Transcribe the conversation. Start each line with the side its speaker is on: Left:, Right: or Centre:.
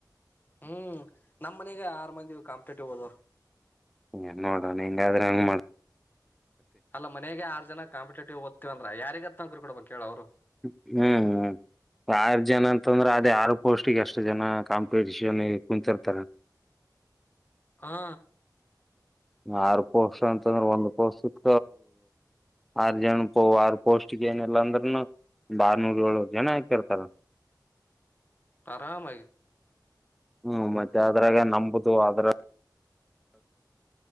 Left: ಹ್ಮ್, ನಮ ಮನೆಗೆ ಆರ್ ಮಂದಿ ಕಾಂಪಿಟೇಟಿವ್ ಹೋದರು.
Centre: ಹ ನೋಡೋಣ ಹಿಂಗಾದ್ರೆ ಹೆಂಗಮಾಡ್ತಿ,
Left: ಅಲ್ಲ ಮನೆಗೆ ಆರ್ ಜನ ಕಾಂಪಿಟೇಟಿವ್ ಓದತಿರಂದ್ರ ಯಾರಿಗ ರು ಕೊಡ ಬೇಕೇಳ ಅವರು.
Centre: ಹ್ಮ್, ಹ್ಮ್ ಆರ ಜನ ಅಂತಂದ್ರೆ, ಅದೇ ಆರು ಪೋಸ್ಟಿಗೆ ಎಷ್ಟು ಜನ ಕಾಂಪಿಟಷನ್ ಕುಂತಿರ್ತಾರ.
Left: ಹಾ.
Centre: ಆರು ಪೋಸ್ಟ್ ಅಂತಂದ್ರ ಒಂದ್ ಪೋಸ್ಟ್ ಸಿಕ ಆರ್ ಜನ ಪ ಆರ್ ಪೋಸ್ಟ್ಗೆ ಏನಿಲ್ಲಾ ಅಂದ್ರನು ಬಾರ್ನೂರ್ ಏಳ್ರ್ ಜನ ಹಾಕಿರ್ತಾರ.
Left: ಆರಾಮ.
Centre: ಹ್ಮ್ ಮತ್ತೆ ಅದ್ರಾಗ ನಂಬುದು ಅದ್ರ.